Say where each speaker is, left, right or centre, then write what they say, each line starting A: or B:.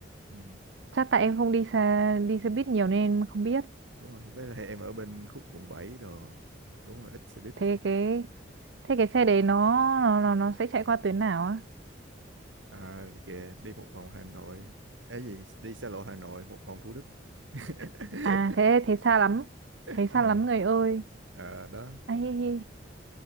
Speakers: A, on the right; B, on the right.
A: ừ,
B: chắc tại em không đi xe đi xe buýt nhiều nên em không biết
A: đúng rồi với lại em ở bên khúc quận 7 rồi đúng rồi ít xe buýt
B: thế cái thế cái xe đấy nó nó nó nó sẽ chạy qua tuyến nào á
A: à, kìa đi một vòng Hà Nội cái gì đi xa lộ Hà Nội một vòng Thủ Đức <laughs>
B: à thế thế xa lắm thế
A: ờ
B: xa lắm người ơi
A: ờ, đó
B: ai hi hi.